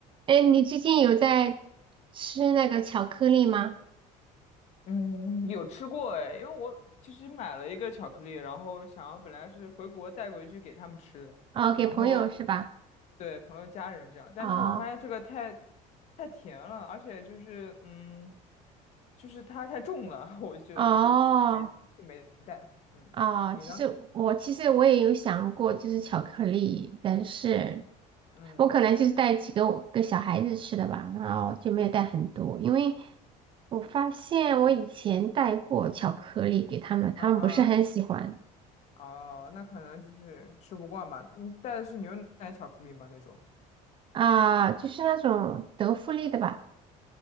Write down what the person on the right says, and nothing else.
哎，你最近有在吃那个巧克力吗？
哦，给朋友是吧？
哦
哦
哦，
其实我其实我也有想过，就是巧克力，但是
我可能就是带几个我给小孩子吃的吧，然后就没有带很多，因为我发现我以前带过巧克力给他们，他们不是很喜欢
啊，就是那种德芙类的吧，